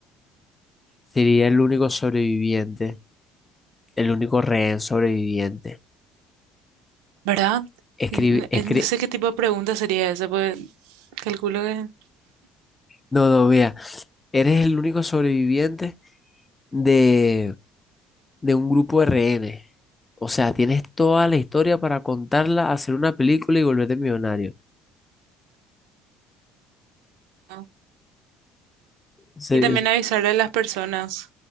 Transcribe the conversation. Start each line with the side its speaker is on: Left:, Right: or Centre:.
Left: Sería el único sobreviviente. el único rehén sobreviviente.
Right: ¿Verdad?
Left: Escribe,
Right: Eh, No
Left: escribe,
Right: eh, no sé qué tipo de pregunta sería esa, pues calculo que
Left: no, no, vea, eres el único sobreviviente de, de un grupo de rehenes. O sea, tienes toda la historia para contarla, hacer una película y volverte millonario.
Right: no.
Left: Se-
Right: Y también avisar a las personas